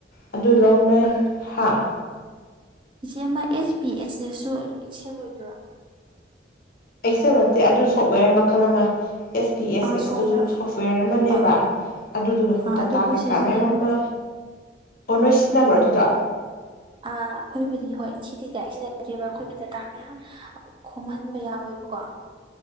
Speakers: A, on the left; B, on the right.
A: ꯑꯗꯨ ꯂꯧꯅꯩ
B: ꯑ
A: ꯍꯥ
B: ꯏꯆꯦ ꯑꯃ ꯑꯦꯁ ꯄꯤ ꯑꯦꯁ ꯑꯦꯁꯁꯨ ꯑꯗꯨꯝ ꯑꯦꯛꯁꯦꯡ ꯑꯣꯏꯣꯏꯗꯣꯏꯔꯥ
A: ꯑꯦꯛꯁꯦꯜ ꯅꯠꯇꯦ ꯑꯗꯨ ꯁꯣꯞꯋꯦꯔ ꯃꯈꯜ ꯑꯃ ꯑꯦꯁ ꯄꯤ ꯑꯦꯁ
B: ꯑꯥ
A: ꯑꯦꯁꯇꯨꯁꯨ
B: ꯁꯣꯞꯋꯦꯌꯔ
A: ꯁꯣꯐꯋꯦꯔ ꯑꯃꯅꯦꯕ
B: ꯑꯥ
A: ꯑꯗꯨꯗꯣ
B: ꯑꯥ
A: ꯗꯇꯥ
B: ꯑꯗꯣ ꯑꯩꯈꯣꯏ
A: ꯀꯩꯀꯥ
B: ꯁꯤꯖꯤꯟꯅꯩꯌꯦꯕ
A: ꯃꯌꯥꯝ ꯑꯃ ꯑꯣꯔꯁꯤ ꯅꯕ꯭ꯔꯣꯗꯨꯗ
B: ꯑꯥ ꯑꯩꯈꯣꯏꯕꯨꯗꯤ ꯍꯣꯏ ꯁꯤꯗꯤꯗ ꯑꯩ ꯁꯤꯟꯅꯗꯦꯕ ꯑꯩꯈꯣꯏꯒꯤ ꯗꯗꯥꯇꯥ ꯃꯌꯥꯝ ꯈꯣꯝꯍꯟꯕ ꯌꯥꯎꯋꯦꯕꯀꯣ